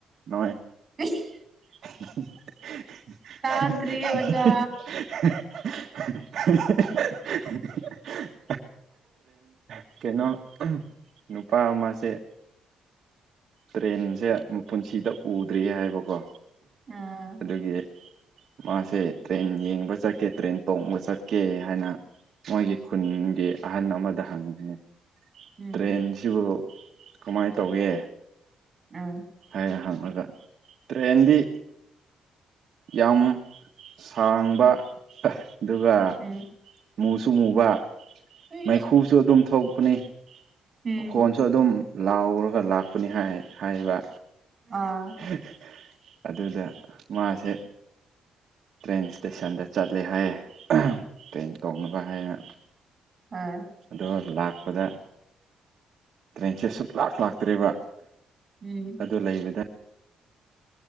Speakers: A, on the right (about 45°); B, on the right (about 25°).
A: ꯅꯣꯏ
B: ꯁ <unintelligible>
A: <unintelligible>
B: ꯇꯥꯗ꯭ꯔꯤ ꯑꯣꯖꯥ
A: ꯇ꯭ꯔꯦꯟ ꯀꯩꯅꯣ ꯅꯨꯄꯥ ꯑꯃꯁꯦ ꯇ꯭ꯔꯦꯟꯁꯦ ꯄꯨꯟꯁꯤꯗ ꯎꯗ꯭ꯔꯤ ꯍꯥꯏꯕꯀꯣ
B: ꯑꯥ
A: ꯑꯗꯨꯒꯤ ꯃꯥꯁꯦ ꯇ꯭ꯔꯦꯟ ꯌꯦꯡꯕ ꯆꯠꯀꯦ ꯇ꯭ꯔꯦꯟ ꯇꯣꯡꯕ ꯆꯠꯀꯦ ꯍꯥꯏꯅ ꯃꯒꯤ ꯈꯨꯟꯒꯤ ꯑꯍꯟ ꯑꯃꯗ ꯍꯪꯉꯦ
B: ꯎꯝ
A: ꯇ꯭ꯔꯦꯟꯁꯤꯕꯨ ꯀꯃꯥꯏꯅ ꯇꯧꯒꯦ
B: ꯑ
A: ꯍꯥꯏꯌꯦ ꯍꯪꯉꯒ ꯇ꯭ꯔꯦꯟꯗꯤ ꯌꯥꯝ ꯁꯥꯡꯕ ꯑꯗꯨꯒ
B: ꯎꯝ
A: ꯃꯨꯁꯨꯨꯝ ꯃꯨꯕ
B: ꯑ ꯑ ꯍꯣꯏ
A: ꯃꯥꯏꯈꯨ ꯁꯨ ꯑꯗꯨꯝ ꯊꯣꯛꯄꯅꯤꯣꯟ
B: ꯎꯝ
A: ꯁꯨ ꯑꯗꯨꯝ ꯂꯥꯎꯔꯒ ꯂꯥꯛꯄꯅꯤ ꯍꯥꯏ ꯍꯥꯏꯕ
B: ꯑꯥ
A: <unintelligible> ꯑꯗꯨꯗ ꯃꯥꯁꯦ ꯇ꯭ꯔꯦꯟ ꯏꯁꯇꯦꯁꯟꯗ ꯆꯠꯂꯦ ꯍꯥꯏꯌꯦ ꯇ ꯇꯧꯅꯕ ꯍꯥꯏꯅ
B: ꯍ <unintelligible>
A: ꯑꯣ ꯂꯥꯛꯄꯗ ꯇ꯭ꯔꯦꯟꯁꯦ ꯁꯨꯛ ꯂꯥꯛ ꯂꯥꯛꯇ꯭ꯔꯤꯕ
B: ꯎꯝ
A: ꯑꯗꯨ ꯂꯩꯕꯗ